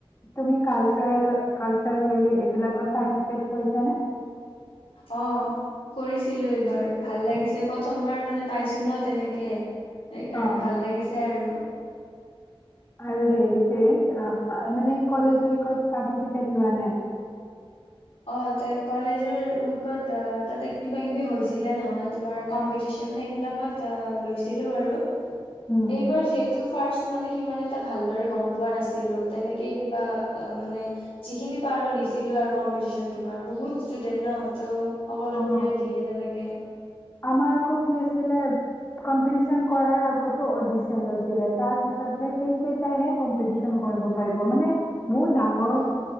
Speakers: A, on the left (about 25°); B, on the left (about 85°).
A: তুমি কালচাৰেল, কালচাৰেলী এইবিলাকত পাৰ্টিচিপেট কৰিচানে?
B: অ, কৰিছি ছিলো এইবাৰ ভাল লাগিছে, প্ৰথমবাৰ মানে পাইছো ন তেনেকে সেইকাৰণে,
A: অ',
B: ভাল লাগিছে আৰু
A: আৰু হেৰী চেৰী <unintelligible> মানে কলেজৰ উইকত পাৰ্টিচিপেত লোৱা নাই?
B: অ, ত কলেজৰ উইকত তাতে কিবা, কিবি হৈছিলে নহয়, তোমাৰ কম্পিটিচন সেইবিলাকত লৈছিলো বাৰু।
A: উম,
B: এইবাৰ যিহেতু ফাৰ্ষ্ট মানে সিমান এটা ভালদৰে গম পোৱা পোৱা নাছিলো তেনেকে কিন্তু <unintelligible> বা অ মানে যিখিনি পাৰো দিছিলো আৰু কম্পিটিচন তোমাৰ, বহুত ষ্টুডেন্ট ন ত' সকলোবোৰে
A: অ'।
B: দিয়ে তেনেকে
A: আমাৰ আক কি হৈছিলে, কম্পিউটিচন কৰাৰ আগতে অওডিচন লৈছিলে, তাৰ পিছতে সেইকেইটা হে কম্পিউটিচন কৰিব পাৰিব মানে বহুত, ডাঙৰ
B: অ